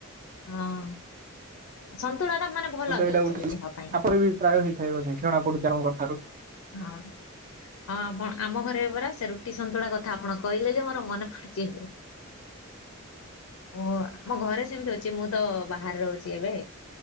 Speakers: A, on the left; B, on the right.
A: ହଁ, ସନ୍ତୁଳା ଟା ମାନେ ଭଲ
B: ତ ଏଇଟା
A: ବି ଆକ୍ଚୁଆଲି
B: ଗୋଟେ ଡ଼ିସ,
A: ଦେହ ପାଇଁ
B: ଆପଣ ବି ପ୍ରାୟ ହେଇଥାଏ ବୋଧେ ଜଣା ପଡୁଛି, ଆପଣଙ୍କ କଥାରୁ।
A: ହଁ, ହଁ, ଆମ ଆମ ଘରେ ପରା ସେ ରୁଟି ସନ୍ତୁଳା କ ଥା ଆପଣ କହିଲେ ଯେ ମୋର ମନେ ପଡୁଛି। ଓ, ଆମ ଘରେ ସେମିତି ହଉଛି, ମୁଁ ତ ବାହାରେ ରହୁଛି ଏବେ।